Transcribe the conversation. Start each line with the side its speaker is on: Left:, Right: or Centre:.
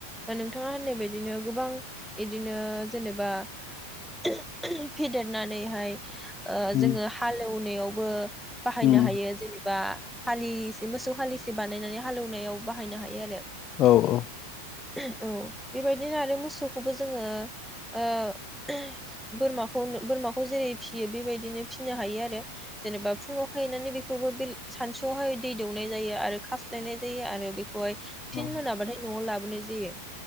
Centre: नोंथाङा होननाय बायदिनो गोबां इदिनो जेनेबा <unintelligible> फेदेरनानैहाय ओ
Left: उम
Centre: जोङो हालेवनायाव बो बाहायनो
Left: उम
Centre: हायो जेनेबा हालिसे मोसौ हालिसे बानायनानै हालेवनायाव बाहायनो हायो आरो।
Left: औ औ।
Centre: <unintelligible> औ बेबायदिनो आरो मोसौखौबो जोङो ओ <unintelligible> बोरमाखौ नो बोरमाखौ जेरै फिसियो बेबायदिनो फिनो हायो आरो। जेनेबा फुङाव खायनानै बे खौबो बिल सानसुआवहाय दै दौनाय जायो आरो खास्लायनाय जायो आरो बे खौहाय
Left: औ
Centre: फिन
Left: औ
Centre: मोनाबाथाय न'आव लाबोनाय जा जायो